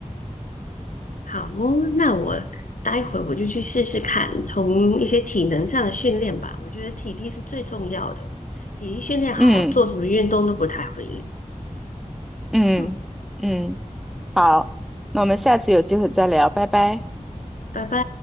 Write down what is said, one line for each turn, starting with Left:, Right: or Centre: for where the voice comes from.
Left: 好哦，那我待会我就去试试看，从一些体能上的训练吧。我觉得体力是最重要的，体力训练好，
Centre: 嗯
Left: 做什么运动都不太会累。
Centre: 嗯嗯，
Left: 嗯，
Centre: 好，那我们下次有机会再聊，拜拜。
Left: 拜拜。